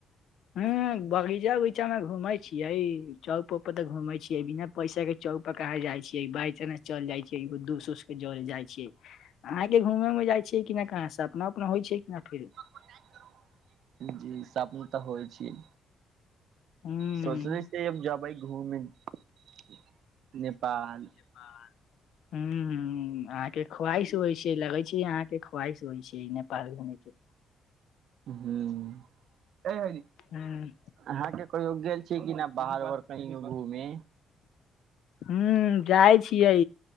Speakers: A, on the left (about 75°); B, on the right (about 70°).
A: हू बगीचा उगीचा में घूमे छियै चौक - पर तऽ घूमे छीे बिना पैसा केँ चौक पर कहै जाइ छै बाइ चानंस चल जाइ छै एगो दूस उस केँ जरे जाइ छियै अहाँकेँ घूमे में जाइ छीयै कि ना कहाँ से सपना उपना होइ छै कि ना फिर
B: <unintelligible> जी सपना तऽ होइ छी
A: हूँ
B: सोचल छियै अब जबै धूमें <inaudible> नेपाल
A: नेपाल <unintelligible> अहाँकेँ ख्वाहिश होइ छै लगै छै अहाँकेँ ख्वाहिश होइ छै नेपाल घूम केँ
B: <unintelligible> <inaudible>
A: हूँ
B: अहाँकेँ कहियो गेल छियै कि ना बाहर उघार कहियों घूमे
A: हू जाइ छियै